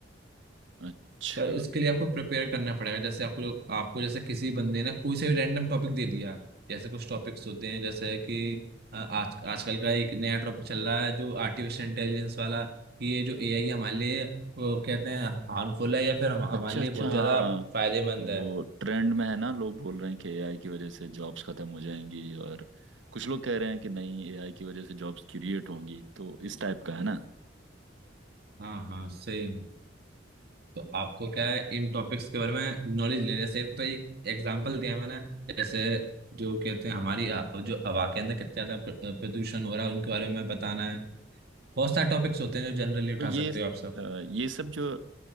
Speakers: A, on the right; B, on the right.
A: अच्छा
B: तो इसके लिए आपको प्रिपेयर करना पड़ेगा जैसे आपको जो आपको जैसे किसी बंदे ने कोई से भी रैंडम टॉपिक दे दिया जैसे कुछ टॉपिक्स होते हैं जैसे कि अ, आज आजकल का एक नया टॉपिक चल रहा है जो आर्टिफिशियल इंटेलिजेंस वाला कि ये जो एआई हमारे लिए वो कहते हैं हार्मफुल है या फिर हम, हमारे
A: अच्छा
B: लिए
A: अच्छा
B: बहुत ज्यादा
A: हाँ
B: फायदेमंद है
A: वो ट्रेंड में है ना लोग बोल रहे हैं कि एआई की वजह से जॉब्स खत्म हो जाएंगी और कुछ लोग कह रहे हैं कि नहीं एआई की वजह से जॉब्स क्रिएट होंगी तो इस टाइप का है ना
B: हाँ हाँ सेम तो आपको क्या है इन टॉपिक्स के बारे में नॉलेज लेने से तो एक एग्जांपल दिया मैंने जैसे जो कहते हैं हमारी आ, जो हवा के अंदर कितना ज्यादा प्र- प्रदूषण हो रहा है उनके बारे में बताना है बहुत सारे टॉपिक्स होते हैं जो जनरली उठा
A: तो ये
B: सकते हो आप सब
A: अ, ये सब जो